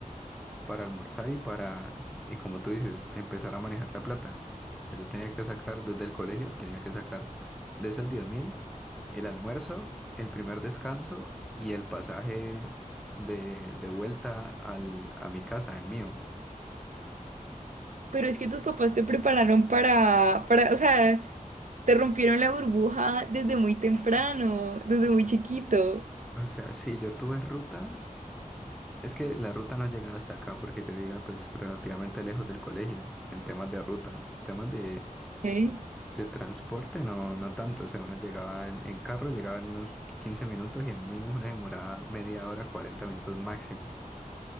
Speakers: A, in the centre; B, on the right (about 65°).
A: para almorzar y para, y como tú dices, empezar a manejar la plata. O sea, yo tenía que sacar desde el colegio, tenía que sacar de esos diez mil el almuerzo, el primer descanso y el pasaje de, de vuelta al, a mi casa, en mío.
B: Pero es que tus papás te prepararon para, para, o sea, te rompieron la burbuja desde muy temprano, desde muy chiquito.
A: O sea, si yo tuve ruta, es que la ruta no llegaba hasta acá porque yo vivía pues relativamente lejos del colegio en temas de ruta, temas de
B: Ok.
A: De transporte, no, no tanto. O sea, uno llegaba en, en carro, llegaba en unos quince minutos y en mí una demorada media hora, 40 minutos máximo.